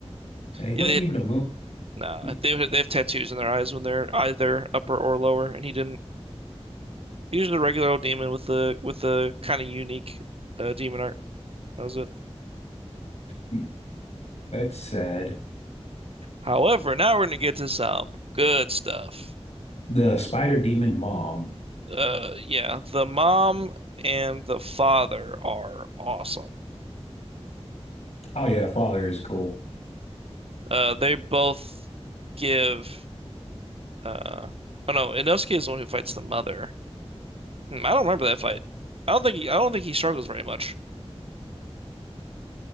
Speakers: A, on the left; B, on the right.
A: He wasn't
B: they
A: even a moon.
B: nah
A: He-
B: they they have tattoos in their eyes when they're either upper or lower, and he didn't. He's just a regular old demon with the with the kind of unique uh, demon art. That was it.
A: hmm, that's sad.
B: However, now we're gonna get to some good stuff.
A: The spider demon mom.
B: Uh, yeah, the mom and the father are awesome.
A: Oh yeah, the father is cool.
B: Uh, they both give. Uh, oh no, Inosuke is the one who fights the mother. Hmm, I don't remember that fight. I don't think he, I don't think he struggles very much.